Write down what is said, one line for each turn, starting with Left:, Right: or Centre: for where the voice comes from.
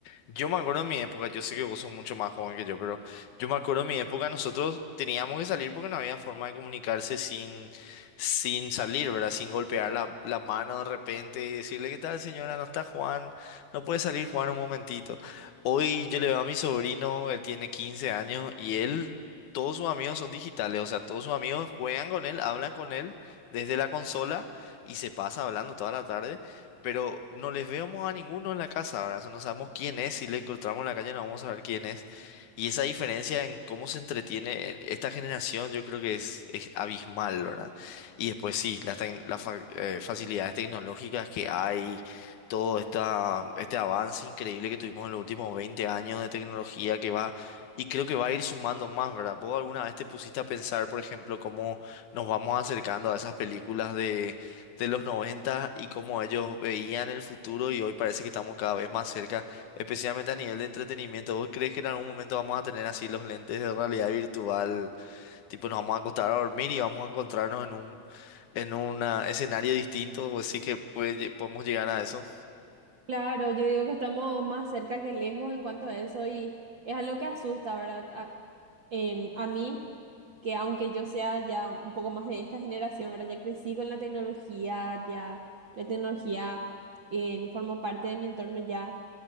Left: Yo me acuerdo en mi época, yo sé que vos sos mucho más joven que yo, pero yo me acuerdo en mi época nosotros teníamos que salir porque no había forma de comunicarse sin, sin salir, ¿verdad? Sin golpear la, la mano de repente y decirle, ¿qué tal, señora? No está Juan, no puede salir Juan un momentito. Hoy yo le veo a mi sobrino, él tiene 15 años y él, todos sus amigos son digitales, o sea, todos sus amigos juegan con él, hablan con él desde la consola y se pasa hablando toda la tarde pero no les vemos a ninguno en la casa, ¿verdad? O sea, no sabemos quién es, si le encontramos en la calle no vamos a saber quién es. Y esa diferencia en cómo se entretiene esta generación yo creo que es, es abismal, ¿verdad? Y después sí, las, tec- las fa- eh, facilidades tecnológicas que hay, todo esta, este avance increíble que tuvimos en los últimos 20 años de tecnología que va... Y creo que va a ir sumando más, ¿verdad? ¿Vos alguna vez te pusiste a pensar, por ejemplo, cómo nos vamos acercando a esas películas de los 90 y cómo ellos veían el futuro y hoy parece que estamos cada vez más cerca, especialmente a nivel de entretenimiento. ¿Vos crees que en algún momento vamos a tener así los lentes de realidad virtual? Tipo, nos vamos a acostar a dormir y vamos a encontrarnos en un, en un escenario distinto. Pues sí que puede lle- podemos llegar a eso.
Right: Claro, yo digo que estamos más cerca que lejos en cuanto a eso y es algo que asusta, ¿verdad? A, en, a mí, que aunque yo sea ya un poco más de esta generación, ¿verdad? Ya crecí con la tecnología, ya la tecnología en, formó parte de mi entorno ya